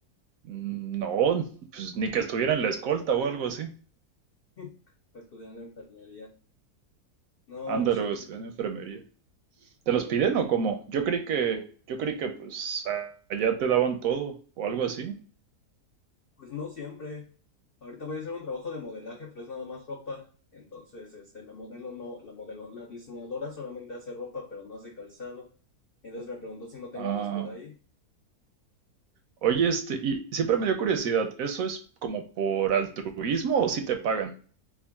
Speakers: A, on the right; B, on the left.
A: Mm, No, pues ni que estuviera en la escolta o algo así.
B: <laughs> Estudiando enfermería. No,
A: Ándalo,
B: chiqui,
A: estoy en enfermería. ¿Te los piden o cómo? Yo creí que, yo creí que pues allá te daban todo o algo así.
B: Pues no siempre. Ahorita voy a hacer un trabajo de modelaje, pero es nada más ropa. Entonces, este, la modelo no, la modelo, la diseñadora solamente hace ropa, pero no hace calzado. Entonces me preguntó si no tenía
A: Ah.
B: por ahí.
A: Oye, este, y siempre me dio curiosidad, ¿eso es como por altruismo o si te pagan?